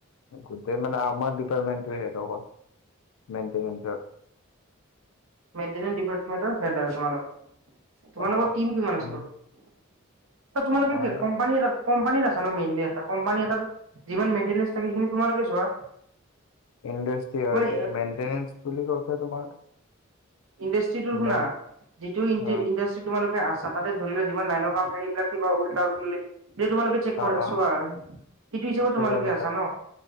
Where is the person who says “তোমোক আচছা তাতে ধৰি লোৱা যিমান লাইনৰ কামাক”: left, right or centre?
Right